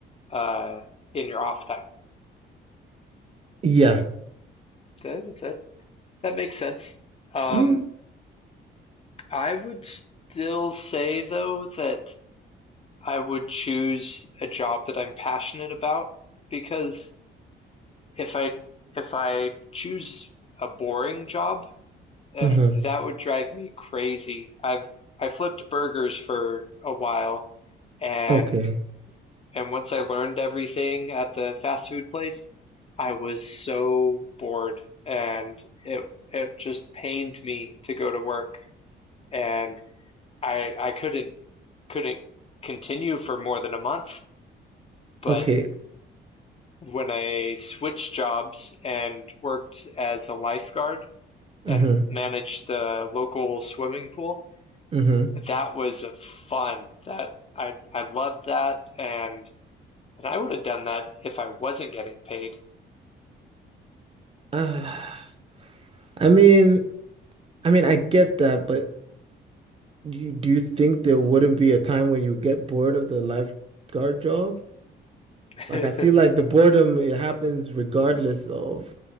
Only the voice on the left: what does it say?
uh, in your off time.
That that that makes sense. Um,
I would still say though that I would choose a job that I'm passionate about because if I if I choose a boring job, uh,
that would drive me crazy. I've I flipped burgers for a while and
and once I learned everything at the fast food place, I was so bored and it it just pained me to go to work and I I couldn't couldn't continue for more than a month, but
when I switched jobs and worked as a lifeguard and
managed the local swimming pool.
That was fun. That I I loved that and and I would have done that if I wasn't getting paid.
<laughs>